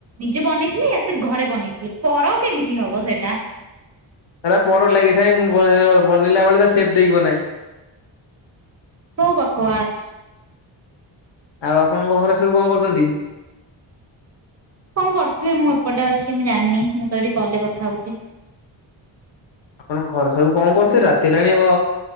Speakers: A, on the right; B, on the left.
A: ନିଜେ ବନେଇଥିଲେ ୟା ଫିର୍ ଘରେ ବନେଇଥିଲେ ପର କେମିତି ହବ ସେଟା।
B: ତାର ପର ଲାଗିଥାଏ ମୁଁ ବନ ବନେଇଲା ବେଳେ ତା ସେପ୍ ଦେଇକି ବନାଏ।
A: ତୁ ବକବାସ୍।
B: ଆଉ ଆପଣଙ୍କ ଘରେ ସବୁ କଣ କରୁଛନ୍ତି?
A: କଣ କରୁଥିବେ ମୁଁ ଏପଟେ ଅଛି ମୁଁ ଜାଣିନି ମୁଁ ତ ଏଠି କଲ ରେ କଥା ହଉଛି।
B: ଆପଣଙ୍କ ଘର ସବୁ କଣ କରୁଥିବେ ରାତିହେଲାଣି ଘ